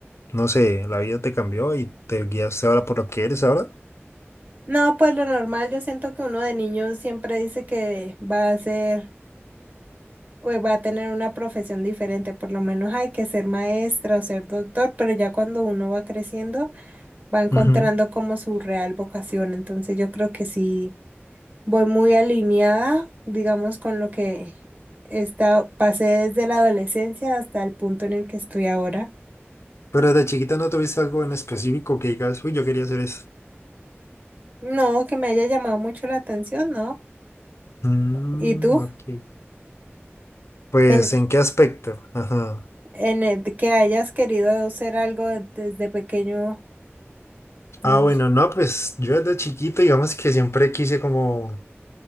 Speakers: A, on the left; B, on the right.
A: no sé, la vida te cambió y te guiaste ahora por lo que eres ahora.
B: No, pues lo normal, yo siento que uno de niños siempre dice que va a ser, o va a tener una profesión diferente, por lo menos hay que ser maestra o ser doctor, pero ya cuando uno va creciendo, va encontrando
A: Ujú.
B: como su real vocación, entonces yo creo que sí, voy muy alineada, digamos, con lo que está, pasé desde la adolescencia hasta el punto en el que estoy ahora.
A: Pero desde chiquita no tuviste algo en específico que digas, uy, yo quería hacer esto.
B: No, que me haya llamado mucho la atención, ¿no?
A: Mm,
B: ¿Y tú?
A: ok. Pues,
B: Ten-
A: ¿en qué aspecto? Ajá.
B: en el que hayas querido hacer algo desde pequeño, no
A: Ah, bueno,
B: sé.
A: no, pues yo desde chiquito, digamos que siempre quise como,